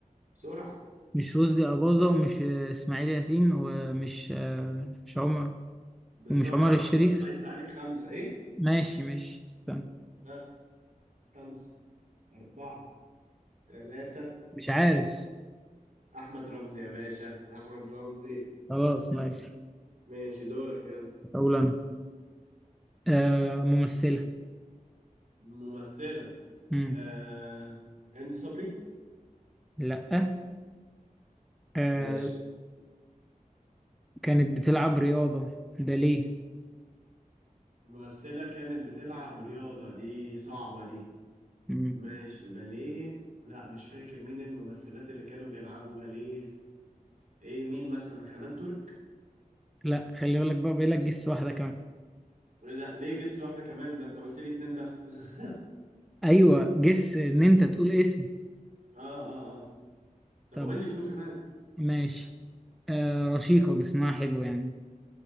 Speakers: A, on the right; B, in the centre.
A: بسرعة
B: مش رشدي اباظة ومش آه، اسماعيل ياسين ومش آه، مش عمر
A: بسرعة
B: ومش عمر الشريف
A: يلا عد عليك خمسة إيه؟
B: ماشي ماشي استنى
A: ها خمسة أربعة ثلاثة
B: مش عارف
A: اتنين. أحمد رمزي يا باشا أحمد رمزي
B: خلاص ماشي
A: ماشي دورك يلا
B: اقول انا آه ممثلة
A: ممثلة
B: مم.
A: آه... هند صبري
B: لا آه
A: ماشي
B: كانت بتلعب رياضة ده ليه
A: ممثلة كانت بتلعب رياضة دي صعبة دي
B: مم.
A: ماشي باليه لا مش فاكر مين الممثلات اللي كانوا بيلعبوا باليه ايه مين مثلا حنان ترك
B: لا خلي بالك بقى بقى لك جس واحدة كمان
A: ايه ده ليه جس واحدة كمان ده انت قلت لي اتنين بس <laughs> اه
B: ايوه جس ان انت تقول اسم
A: اه اه طب
B: طب
A: قول لي كلو كمان
B: ماشي آه رشيقة جسمها حلو يعني